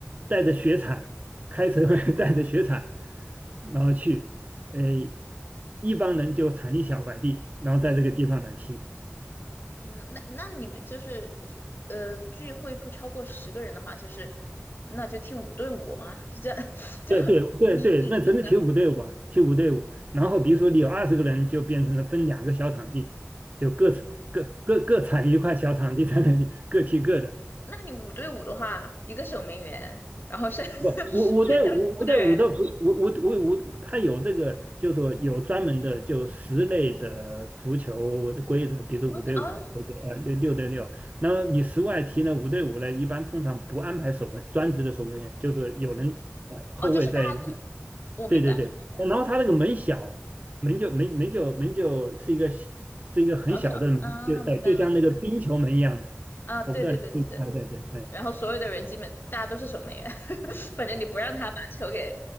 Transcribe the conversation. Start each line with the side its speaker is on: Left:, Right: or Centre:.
Right: 带着雪铲，开车 <laughs> 带着雪铲，然后去，呃，一帮人就铲一小块地，然后在这个地方来踢。
Left: 嗯，那那你们就是呃聚会不超过十个人的话，就是那就踢五对五吗？是这样，<laughs> 就
Right: 对对对对，
Left: 你你你的，
Right: 那只是替补队伍啊，替补队伍。然后比如说你有二十个人，就变成了分两个小场地，就各各各各产一块小场地在那里各踢各的。
Left: 那你五对五的话，一个守门员，然后剩 <laughs>
Right: 不，五五对五五对五的不五五五五，
Left: 剩下四个人，
Right: 它有这个，就是说有专门的就十类的足球的规则，比如五对五啊或者呃六六对六。
Left: 我哦
Right: 那么你十外踢呢，五对五呢，一般通常不安排守门，专职的守门员，就是有人呃后卫在。
Left: 哦，就是大家我明白了，
Right: 对对对，
Left: 明白了，
Right: 然后他那个门小，门就门门就门就是一个小是一个很小的门，
Left: 小小的啊，
Right: 就呃就像那个冰球门一样的，
Left: 明白了，明白了啊，对对对对对，
Right: 我不知道你对对对对。
Left: 然后所有的人基本大家都是守门员，<laughs> 反正你不让他把球给